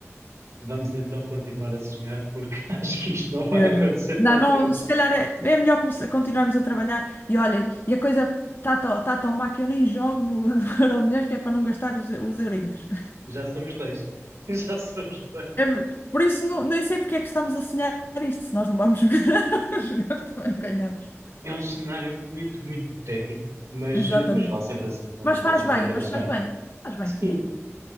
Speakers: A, on the right (about 75°); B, on the left (about 45°).
A: Vamos então continuar a sonhar, porque <laughs> acho que isto não vai
B: Mesmo.
A: acontecer
B: Não,
A: tão cedo.
B: não, se calhar é, é melhor começar- continuarmos a trabalhar. E olhem, e a coisa está tão, tá tão má que eu nem jogo no, <laughs> no Euromilhões, que é para não gastar os, eu- os eurinhos.
A: Já somos dois. <laughs> Já somos dois.
B: É me- por isso, não, nem sei porque é que estamos a sonhar isto, se nós não vamos jogar, <laughs> jogar também não ganhamos.
A: É um cenário muito, muito hipotético, mas,
B: Exatamente.
A: mas vale sempre, a-
B: Mas faz
A: vale sempre
B: bem,
A: a pena
B: mas
A: sonhar.
B: faz bem. Faz bem
A: Sim,
B: sonhar.